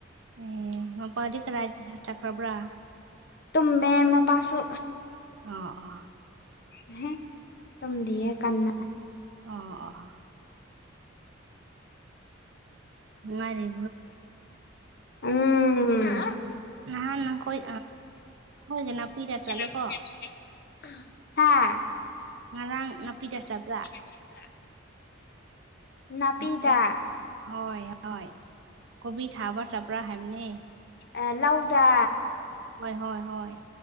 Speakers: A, on the right (about 65°); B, on the left (about 55°).
A: ꯑꯦ ꯃꯄꯥꯗꯤ ꯀꯗꯥꯏ ꯆꯠꯈ꯭ꯔꯕ꯭ꯔꯥ
B: ꯇꯨꯝꯃꯦ ꯃꯄꯥꯁꯨ
A: ꯑꯥ ꯑꯥ
B: ꯑꯦꯍ‌ꯦ ꯇꯨꯝꯗꯤꯌ‌ꯦ ꯀꯟꯅ
A: ꯑꯥ ꯑꯥ ꯃꯥꯔꯤ
B: ꯎꯝ
A: ꯅꯍꯥꯟ ꯅꯈꯣꯏ ꯑ ꯑꯩꯈꯣꯏꯒ ꯅꯥꯄꯤꯗ ꯆꯠꯂꯦꯀꯣ
B: <unintelligible> ꯍꯥꯥ
A: ꯉꯔꯥꯡ ꯅꯥꯄꯤꯗ ꯆꯕ꯭ꯔꯥ
B: <unintelligible> <inaudible> ꯅꯥꯄꯤꯗ
A: <unintelligible> ꯍꯣꯏ ꯍꯣꯏ ꯀꯣꯕꯤ ꯊꯥꯕ ꯆꯠꯄ꯭ꯔꯥ ꯍꯥꯏꯕꯅꯦ
B: ꯑ ꯂꯧꯗꯥ
A: ꯍꯣꯏ ꯍꯣꯏ ꯍꯣꯏ